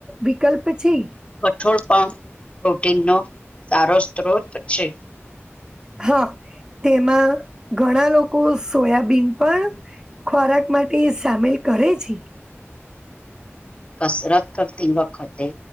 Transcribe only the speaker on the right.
વિકલ્પ છે.
હા તેમાં ઘણા લોકો સોયાબીન પણ ખોરાક માટે સામેલ કરે છે